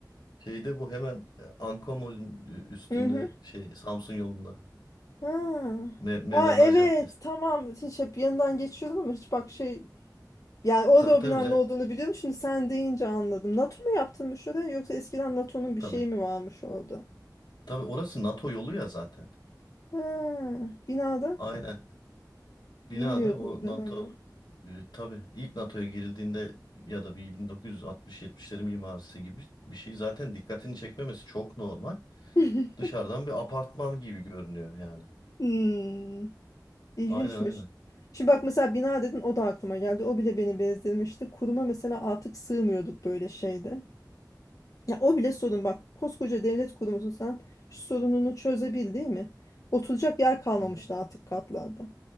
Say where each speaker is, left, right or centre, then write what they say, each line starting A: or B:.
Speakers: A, on the left; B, on the left.
A: Şeyde bu hemen e, Anka üstünde
B: Hı hı.
A: şey Samsun yolunda.
B: Ha.
A: Me- Mevlana
B: Aa evet
A: Caddesi.
B: tamam. Hiç hep yanından geçiyorum ama hiç bak şey yani orada
A: Tabii
B: o
A: tabii
B: binanın
A: za-
B: ne olduğunu biliyorum. Şimdi sen deyince anladım. NATO mu yaptırmış oraya yoksa eskiden NATO'nun bir
A: tabii.
B: şeyi mi varmış orada?
A: Tabii orası NATO yolu ya zaten.
B: Ha, binada.
A: Aynen. Binada
B: Bilmiyordum
A: o
B: ben
A: NATO
B: onu.
A: e, tabii ilk NATO'ya girildiğinde ya da bir 1960-70'lerin mimarisi gibi bir şey zaten dikkatini çekmemesi çok normal.
B: <laughs>
A: Dışarıdan bir apartman gibi görünüyor yani.
B: Hmm, ilginçmiş.
A: Aynen aynen.
B: Şimdi bak mesela bina dedin o da aklıma geldi. O bile beni bezdirmişti. Kuruma mesela artık sığmıyorduk böyle şeyde. Ya o bile sorun bak. Koskoca devlet kurumusun sen şu sorununu çözebil değil mi? Oturacak yer kalmamıştı
A: Hı hı.
B: artık katlarda.